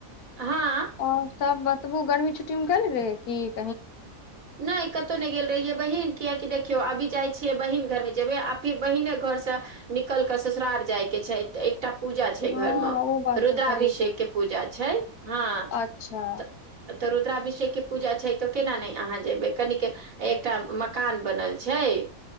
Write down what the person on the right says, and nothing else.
हँ। <unintelligible>
नहि कतहु नहि गेल रहियै बहिन। किआकि देखियो अभी जाय छियै बहिन घर मे जेबे आ फिर बहिने घर से निकल क ससुरार जाय के छै त एकटा पूजा छै
घर मे
रुद्राभिषेक
के पूजा छै। हँ
तऽ त रुद्राभिषेक के पूजा छै तऽ। केना नहि अहाँ जेयबै? कनिक एकटा मकान बनल छै।